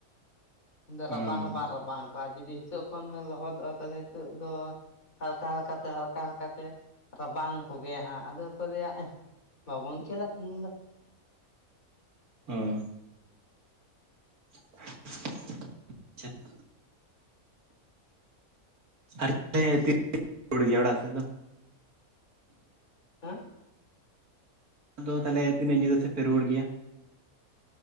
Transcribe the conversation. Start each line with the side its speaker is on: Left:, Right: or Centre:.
Left: ᱩᱱ ᱫᱚ ᱨᱟᱵᱟᱝ
Right: ᱦᱮᱸ
Left: ᱦᱚᱸ ᱵᱟᱝ ᱨᱟᱵᱟᱝ ᱠᱚᱣᱟ ᱡᱩᱫᱤ ᱱᱤᱛᱚᱜ ᱠᱷᱚᱱ ᱵᱮᱱ ᱞᱚᱦᱚᱫᱚᱜᱼᱟ ᱛᱟᱦᱚᱞᱮ ᱱᱤᱛᱚᱜ ᱫᱚ ᱦᱟᱞᱠᱟ ᱦᱟᱞᱠᱟᱛᱮ ᱦᱟᱞᱠᱟ ᱦᱟᱞᱠᱟᱛᱮ ᱨᱟᱵᱟᱝ ᱠᱚ ᱜᱮᱭᱟ ᱦᱟᱸᱜ ᱟᱫᱚ ᱠᱚ ᱞᱟᱹᱭᱟ ᱮᱸ ᱵᱟᱵᱚᱱ ᱠᱷᱮᱞᱟ ᱛᱮᱦᱮᱸᱧ ᱫᱚ᱾
Right: ᱚᱻ ᱟᱪᱪᱷᱟ᱾ ᱟᱨ <unintelligible> ᱚᱲᱟᱜ ᱥᱮᱫ ᱫᱚ?
Left: ᱦᱮᱸ᱾
Right: ᱟᱫᱚ ᱛᱟᱦᱚᱞᱮ ᱛᱤᱱᱟᱹᱜ ᱧᱤᱫᱟᱹ ᱥᱮᱫ ᱯᱮ ᱨᱩᱣᱟᱹᱲ ᱜᱮᱭᱟ?